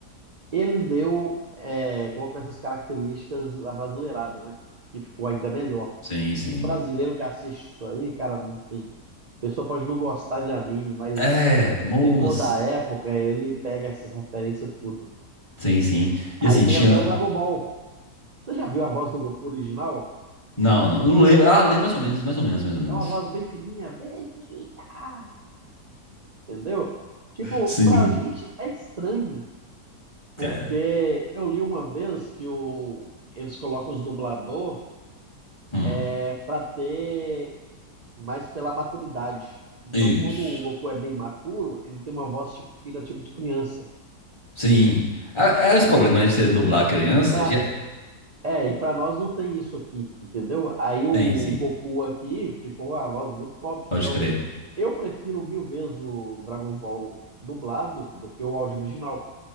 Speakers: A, on the right (about 55°); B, on the left (about 15°).
A: Ele deu, é, colocou essas características da brasileirada, né? Que ficou ainda melhor.
B: Sim, sim.
A: O brasileiro que assiste isso aí, cara, não tem. A pessoa pode não gostar de anime, mas
B: É, moço.
A: se for da época, ele pega essas referências tudo.
B: Sim, sim. E
A: Aí
B: assim,
A: tem
B: tinha.
A: até o Dragon Ball. Você já viu a voz do Goku original?
B: Não, não, não lembro. Ah, lembro mais ou menos, mais ou menos, mais ou menos.
A: É uma voz bem fininha, Vegeta! Entendeu? Tipo,
B: Sim,
A: pra gente é estranho,
B: cara.
A: porque eu li uma vez que o, eles colocam os dublador
B: Hum,
A: é, pra ter mais pela maturidade. Então,
B: isso.
A: como o Goku é bem maturo, ele tem uma voz tipo fina, tipo de criança.
B: Sim. É, é esse problema, né, de você dublar a criança.
A: E pra
B: Já...
A: É, e pra nós não tem isso aqui, entendeu? Aí o
B: Sim, sim.
A: Goku aqui ficou a voz muito top.
B: Pode
A: Então,
B: crer.
A: eu prefiro mil vezes o Dragon Ball dublado do que o áudio original.